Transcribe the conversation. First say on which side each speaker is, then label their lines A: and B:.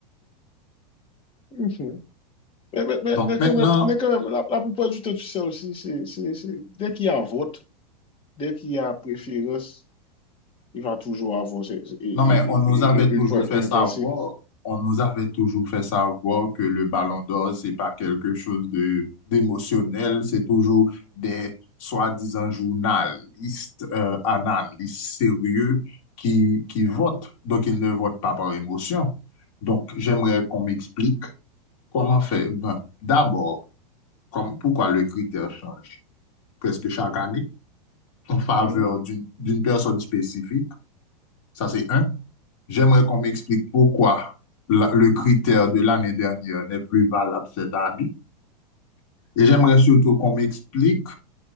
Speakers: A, on the left; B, on the left.
A: Mhm. Mais, mais, mais,
B: Donc
A: mais
B: maintenant,
A: quand même, mais quand même la, la plupart du temps, tu sais aussi, c'est, c'est, c'est, dès qu'il y a vote, dès qu'il y a préférence, il va toujours avoir c'est- c'est- et-
B: non mais on
A: et- et- et-
B: nous avait toujours
A: une, pe-
B: fait
A: une
B: savoir,
A: pensée.
B: on nous avait toujours fait savoir que le Ballon d'Or, c'est pas quelque chose de d'émotionnel, c'est toujours des soi-disant journalistes, euh, analystes sérieux qui, qui votent. Donc ils ne votent pas par émotion. Donc j'aimerais qu'on m'explique comment faire. Ben, d'abord, Comme, pourquoi le critère change presque chaque année en faveur
A: Mhm.
B: d'une d'une personne spécifique? Ça, c'est un. J'aimerais qu'on m'explique pourquoi la- le critère de l'année dernière n'est plus valable cette année. Et j'aimerais surtout qu'on m'explique